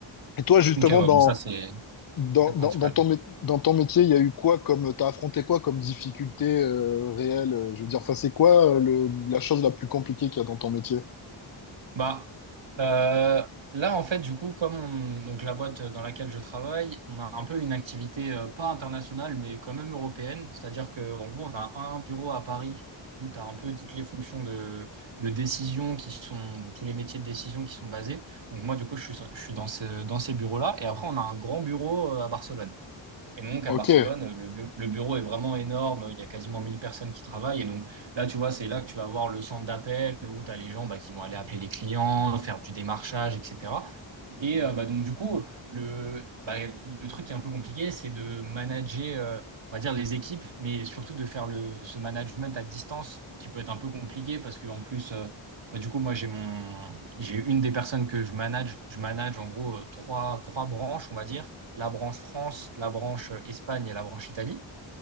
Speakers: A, on the left; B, on the right.
A: Et toi, justement,
B: Ok, ouais,
A: dans,
B: bon, ça c'est.
A: dans,
B: C'est le principal.
A: dans, dans ton, mé- dans ton métier, il y a eu quoi comme, t'as affronté quoi comme difficulté euh, réelle? euh, Je veux dire, enfin, c'est quoi euh, le, la chose la plus compliquée qu'il y a dans ton métier?
B: Bah, euh, là, en fait, du coup, comme on- donc la boîte dans laquelle je travaille, on a un peu une activité euh, pas internationale, mais quand même européenne. C'est-à-dire qu'en gros, on a un bureau à Paris où tu as un peu toutes les fonctions de, de décision qui sont, donc tous les métiers de décision qui sont basés. Donc moi, du coup, je suis, je suis dans ce, dans ces bureaux-là. Et après, on a un grand bureau euh, à Barcelone. Et donc,
A: Ok,
B: à Barcelone, le, bu- le bureau est vraiment énorme. Il y a quasiment 1000 personnes qui travaillent. Et donc, là, tu vois, c'est là que tu vas avoir le centre d'appel où tu as les gens bah, qui vont aller appeler les clients, faire du démarchage, etc. Et euh, bah, donc, du coup, le, bah, le truc qui est un peu compliqué, c'est de manager, euh, on va dire, les équipes, mais surtout de faire le, ce management à distance qui peut être un peu compliqué parce qu'en plus, euh, bah, du coup, moi, j'ai mon, j'ai une des personnes que je manage. Je manage en gros euh, trois, trois branches, on va dire, la branche France, la branche euh, Espagne et la branche Italie.